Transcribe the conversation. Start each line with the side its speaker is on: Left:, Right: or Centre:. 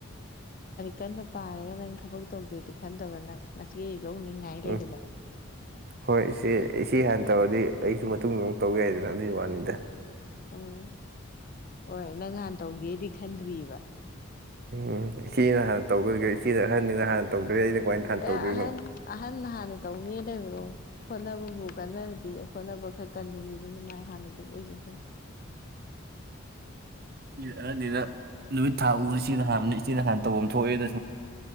Left: ꯀꯟꯕ ꯄꯥꯔꯒ ꯅꯪ ꯊꯕꯛ ꯇꯧꯒꯦꯗꯤ ꯈꯟꯗꯕ ꯅꯪ ꯉꯁꯤ ꯂꯧꯅꯤ ꯉꯥꯏ
Right: ꯎꯝ
Left: ꯂꯩꯗꯕ
Right: ꯍꯣꯏ ꯏꯆꯦ ꯏꯆꯦ ꯍꯥꯟꯅ ꯇꯧꯔꯗꯤ ꯑꯩꯁꯨ ꯃꯇꯨꯡꯗ ꯑꯃꯨꯛ ꯇꯧ ꯌꯥꯏꯗꯅ ꯑꯗꯨꯒꯤ ꯋꯥꯅꯤꯗ
Left: ꯎꯝ ꯍꯣꯏ ꯅꯪꯍꯥꯟ ꯇꯧꯒꯦꯗꯤ ꯈꯟꯗ꯭ꯔꯤꯕ
Right: ꯎꯝ ꯏꯆꯦꯅ ꯍꯥꯟꯅ ꯇꯧꯕ ꯏꯆꯦꯅ ꯑꯍꯟꯅꯤꯅ ꯍꯥꯟꯅ ꯇꯧꯗ꯭ꯔꯦ ꯑꯩꯅ ꯀꯃꯥꯏꯅ ꯍꯥꯟꯅ
Left: ꯑꯦ
Right: ꯇꯧꯗꯣꯏꯅꯣ
Left: ꯑꯍꯟ ꯑꯍꯟ ꯅ ꯍꯥꯟꯅ ꯇꯧꯅꯤ ꯂꯩꯕ꯭ꯔꯣ ꯍꯣꯠꯅꯕ ꯕꯨ ꯀꯟꯅꯔꯗꯤ ꯍꯣꯠꯅꯕ ꯈꯔ ꯀꯟꯕ ꯃꯤꯗꯨꯅ ꯃꯥꯏ ꯍꯥꯟꯅ ꯑꯗꯨꯝ ꯑꯣꯏꯖꯒꯅꯤ
Right: ꯏꯔꯑꯅꯤꯅ ꯅꯨꯃꯤꯠ ꯊꯥ ꯎꯕ ꯢꯆꯦꯅ ꯍꯥꯟꯕꯅꯦ ꯏꯆꯦꯅ ꯍꯥꯟ ꯇꯧꯕꯝ ꯊꯣꯛꯑꯦꯗ꯫